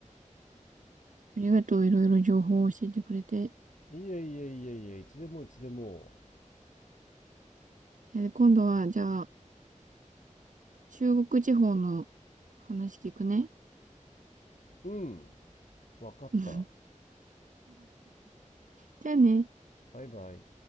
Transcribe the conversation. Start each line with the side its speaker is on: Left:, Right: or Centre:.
Right: ありがとう、いろいろ情報を教えてくれて。
Left: いえいえいえいえいつでもいつでも
Right: えー今度は、じゃあ、中国地方の話聞くね。
Left: うんわかった
Right: <laughs> じゃあね。
Left: バイバイ